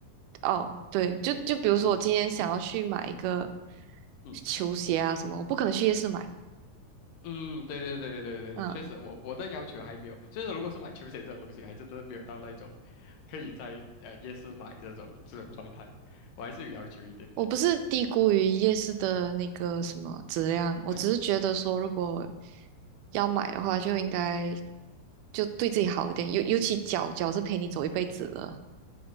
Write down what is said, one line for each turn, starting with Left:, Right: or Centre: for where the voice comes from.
Right: 哦，对，就就比如说我今天想要去买一个
Left: 嗯，还是你说的？嗯
Right: 球鞋啊什么，我不可能去夜市买嘛。
Left: 嗯，对对对对对，
Right: 嗯，
Left: 确实我，我的要求还没有，就是如果是买球鞋这种东西，还真的没有到那种可以在呃夜市买这种这种状态，我还是有要求一点点。
Right: 我不是低估于夜市的那个什么质量，我只是觉得说，
Left: 我
Right: 如果要买的话，就应该就对自己好一点，尤尤其脚脚是陪你走一辈子的。